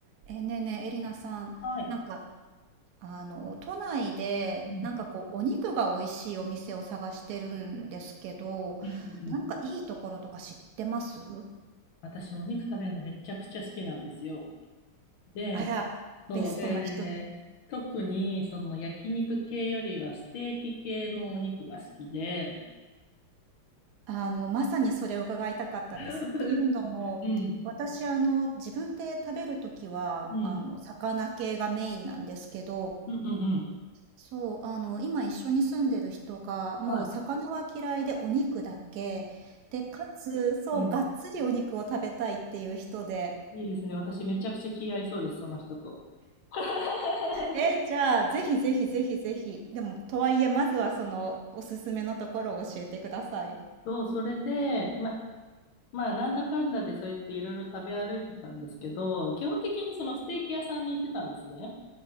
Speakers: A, on the right (about 65°); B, on the left (about 70°).
A: えーねえねえ、エリナさん、
B: はい。
A: なんか、あの、都内で、
B: うん。
A: なんかこう、お肉が美味しいお店を探してるんですけど、
B: うんうんうん。
A: なんかいいところとか知ってます
B: 私、お肉食べるのめちゃくちゃ好きなんですよ。で、
A: あら、
B: そう、
A: ベストな人に。
B: で、特に、その焼肉系よりはステーキ系のお肉が好きで。
A: あの、まさにそれを伺いたかったんです。
B: 本当です
A: っていうのも、
B: うん。
A: 私、あの、自分で食べるときは、
B: うん。
A: あの、魚系がメインなんですけど、
B: うんうんうん。
A: そう、あの、今一緒に住んでる人が、もう魚は嫌いでお肉だけ、
B: はい。
A: で、かつ、そう、
B: うん。
A: がっつりお肉を食べたいっていう人で、
B: いいですね。私、めちゃくちゃ気合いそうです、その人と。<laughs>
A: え、じゃあ、ぜひぜひぜひぜひ、でも、とはいえ、まずはその、おすすめのところを教えてください。
B: そう、それで、ま、まあ、なんだかんだでそうやっていろいろ食べ歩いてたんですけど、基本的にそのステーキ屋さんに行ってたんですね。